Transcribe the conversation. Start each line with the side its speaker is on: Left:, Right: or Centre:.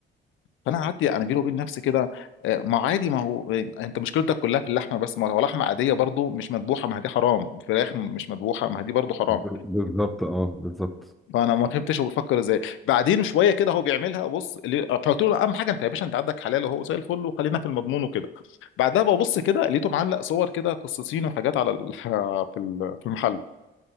Left: فانا قعدت يعني بيني وبين نفسي كده آه، ما عادي ما هو انت مشكلتك كلها في اللحمه بس ما لو لحمه عاديه برضو مش مذبوحه ما هي دي حرام فراخ مش مذبوحه ما هي دي برضو حرام
Centre: ب... بالظبط اه بالظبط
Left: فانا ما فهمتش هو بيفكر ازاي بعدين شويه كده هو بيعملها بص ليه- فقلت له اهم حاجه انت يا باشا انت عندك حلال وهو زي الفل وخلينا في المضمون وكده بعدها ببص كده لقيته معلق صور كده قصصين وحاجات على ال... <laughs> في ال- في المحل